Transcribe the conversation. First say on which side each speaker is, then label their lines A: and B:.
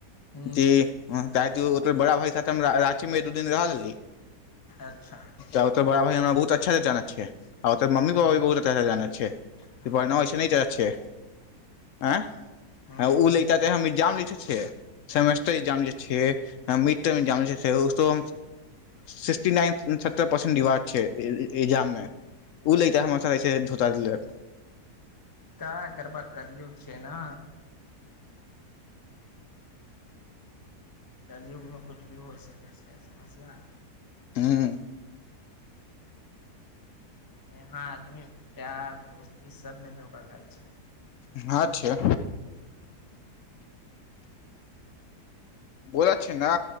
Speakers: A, on the left; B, on the left.
A: ह
B: कि काहाकि ओ बड़ा भाइके साथ रांची मे एक दू दिन रह लेली
A: अच्छा
B: त ओ तऽ बड़ा भाई न बहुत अच्छासँ जानत छै आर ओत
A: हँ
B: मम्मी पापा भी बहुत अच्छाँ जानैत छैढ़ना
A: हँ
B: ओसे जानत छै एँ
A: हँ
B: ओ लित त हम एग्जाम लखने छियै सेमेस्टर ए्जाम ल छियै मट् ल सिक्सटी नाइन सत्तर परसेंट रिवार्ड छै एग्जाममे ओ
A: अच्छा
B: लड़का हमरा साथे छै धूत करलेट
A: काय करबा करियौ छै ने कलयुगमे किछु भी होइ सकै छै समझलह
B: हँ
A: यहाँ आदमी प्यार दोस्ती सबमे धोखा खाय छै
B: अँ छै बोझ छै ने